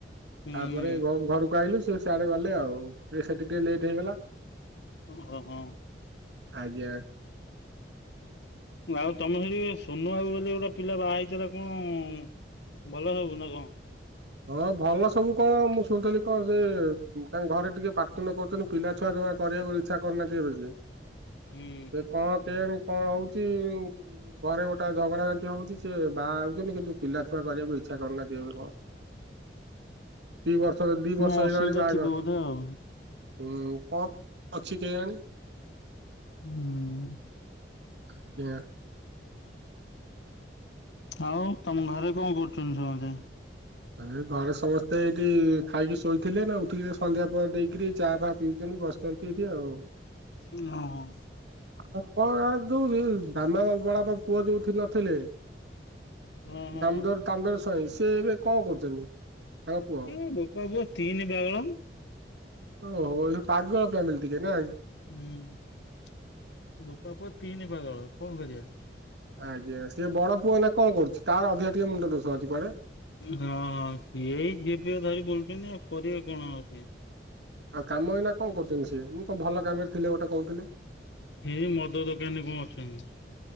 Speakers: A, on the left; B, on the right.
A: ହୁଁ
B: ତାପରେ ଘରକୁ ଆଇଲୁ ସେ ସିଆଡେ ଗଲେ ଆଉ ଏ ସେଠି ଟିକେ ଲେଟ୍ ହେଇଗଲା।
A: ହଁ ହଁ
B: ଆଜ୍ଞା।
A: ଆଉ ତମେ ସେଠି ସୁନୁଆକୁ ବୋଲି ଗୋଟେ ପିଲା ବାହା ହେଇଥିଲା କଣ ଭଲ ସବୁ ନାଁ କଣ?
B: ହଁ ଭଲ ସବୁ କଣ ମୁଁ ଶୁଣୁଥିଲି କଣ ସେ ତାଙ୍କ ଘରେ ଟିକେ ପାଟି ତୁଣ୍ଡ କରୁଛନ୍ତି। ପିଲା ଛୁଆ ଜମା କରିବାକୁ ଇଚ୍ଛା କରୁନାହାନ୍ତି ଏବେ ସେ
A: ହୁଁ
B: କଣ କେଇଆଣି - କଣ ହଉଚି। ଘରେ ଗୋଟେ ଝଗଡା ଯାଣ୍ଟି ହଉଛି ସିଏ ବାହା ହଉଛନ୍ତି କିନ୍ତୁ ପିଲା ଛୁଆ କରିବାକୁ ଇଚ୍ଛା କରୁନାହାନ୍ତି ଏବେ କଣ। ଦି ବର୍ଷ ଦି
A: କଣ
B: ବର୍ଷ ହେଇଲାଣି
A: ଅସୁବିଧା
B: ବାହାଘର
A: ଥିବ ବୋଧେ ଆଉ।
B: ହୁଁ କଣ ଅଛି କେଇୟାଣି।
A: ହୁଁ
B: ଆଜ୍ଞା
A: ଆଉ ତମ ଘରେ କଣ କରୁଛନ୍ତି ସମସ୍ତେ
B: ଆ ଘରେ ସମସ୍ତେ ଏଇଠି ଖାଇକି ଶୋଇଥିଲେ ନା ଉଠିକି ସନ୍ଧ୍ୟା ପରେ ଦେଇକିରି ଚା ଫା ପି ବସିଚନ୍ତି ଏଇଠି ଆଉ।
A: ହଁ
B: ଆଉ କଣ ଯୋଉଠି ଧାନ ବଡ ବାପା ପୁଅ ଯୋଉଠି ନଥିଲେ
A: ହଁ ହଁ
B: ଦାମୋଦର ଦାମୋଦର ସ୍ବାଇଁ ସିଏ ଏବେ କଣ କରୁଛନ୍ତି ତାଙ୍କ ପୁଅ?
A: ଏ ବୋପା ପୁଅ ତିନି ପାଗଳ
B: ଓହୋ ଏ ପାଗଳ ଫ୍ୟାମିଲ ଟିକେ ନାଇଁ
A: ହୁଁ ବୋପା ପୁଅ ତିନି ପାଗଳ କଣ କରିବା
B: ଆଜ୍ଞା ସିଏ ବଡ ପୁଅ ଏଇନା କଣ କରୁଛି ତାର ଅଧିକା ଟିକେ ମୁଣ୍ଡ ଦୋଷ ଅଛି କୁଆଡ଼େ
A: ହଁ ହଁ ସିଏ ଏଇ ଝିଅ ଫିଅ ଧରି ବୁଲୁଛନ୍ତି ଆଉ କରିବେ କଣ ଆଉ ସିଏ
B: ଆଉ କାମ ଏଇ ନା କଣ କରୁଛନ୍ତି ସିଏ ମୁଁ କଣ ଭଲ କାମରେ ଥିଲେ ଗୋଟେ କହୁଥିଲେ
A: ହେଇ ମଦ ଦୋକାନୀରେ କଣ ଅଛନ୍ତି